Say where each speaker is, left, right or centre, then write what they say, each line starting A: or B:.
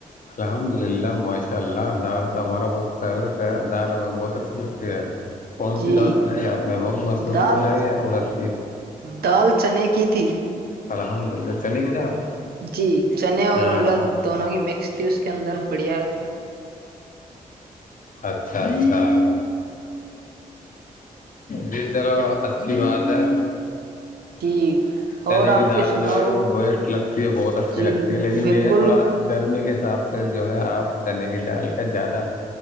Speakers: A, on the left; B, on the right.
A: الحمد للہ ماشاء اللہ دال تو ہمارا بہت فیوریٹ ہے دال ہمیں بہت اچھی لگتی ہے کون
B: جی
A: سی دال بنائی ہے آپ نے مونگ مسور
B: دال
A: کی بنائی ہے اڑد کی
B: دال چنے کی تھی
A: الحمد للہ چین کی دال
B: جی چنے
A: ہاں
B: اور الد دونوں کی مکس تھی اس کے اندر بڑھیا <unintelligible>
A: اچھا اچھا جی چلو اچھی بات ہے
B: جی
A: چنے
B: اور آپ
A: کی دال
B: کے سناؤ
A: جو ہے وہ وسٹ لگتی ہے بہت اچھی
B: جی
A: لگتی ہے لیکن
B: بالکل
A: یہ ہے تھوڑا گرمی کے حساب سے سے جو ہے آپ چنے کی ڈال کا زیادہ